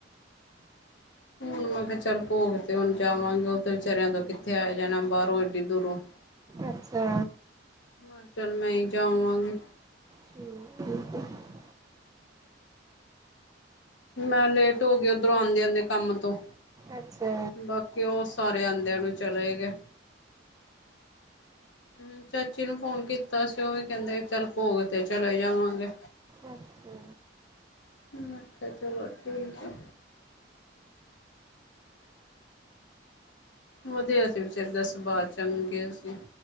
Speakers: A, on the left; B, on the right.
A: ਹੁਣ ਮੈਂ ਕੈ ਚੱਲ ਭੋਗ ਤੇ ਹੁਣ ਜਾਵਾਂਗੇ, ਓਹ ਤੇ ਵਿਚਾਰਿਆਂ ਤੋਂ ਕਿੱਥੇ ਆਯਾ ਜਾਣਾ, ਬਾਰੋਂ ਏਡੀ ਦੂਰੋਂ।
B: ਅੱਛਾ।
A: ਮੈਂ ਚਲ, ਮੈਂ ਈ ਜਾਵਾਂਗੀ।
B: ਠੀਕ, ਠੀਕ ਏ।
A: ਮੈਂ ਲੇਟ ਹੋ ਗਈ ਉੱਧਰੋਂ ਆਂਦੇ ਆਂਦੇ ਕੰਮ ਤੋਂ।
B: ਅੱਛਾ।
A: ਬਾਕੀ ਔ, ਸਾਰੇ ਆਂਦਿਆਂ ਨੂੰ ਚਲੇ ਈ ਗਏ। ਹੂੰ, ਚਾਚੀ ਨੂੰ ਫੋਨ ਕੀਤਾ ਸੀ, ਓਹ ਵੀ ਕੈੰਦੇ ਚੱਲ ਭੋਗ ਤੇ ਚਲੇ ਜਾਵਾਂਗੇ।
B: ਅੱਛਾ।
A: ਮੈਂ ਕਿਆ, ਚਲੋ ਠੀਕ ਹੈ। ਵਧੀਆ ਸੀ, ਵਿਚਾਰੀ ਦਾ ਸੁਬਾਅ, ਚੰਗੇ ਸੀ।